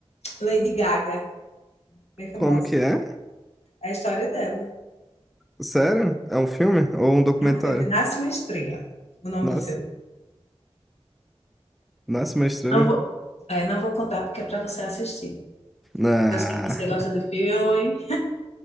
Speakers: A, on the left; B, in the centre.
A: Lady Gaga, bem famosa.
B: Como que é?
A: É a história dela.
B: Sério? É um filme ou um documentário?
A: É um filme, Nasce uma Estrela, o nome
B: Nasce,
A: do filme.
B: nasce uma estrela.
A: Não vou, é, não vou contar porque é para você assistir.
B: Ah.
A: Porque eu sei que você gosta
B: <laughs>
A: de filme.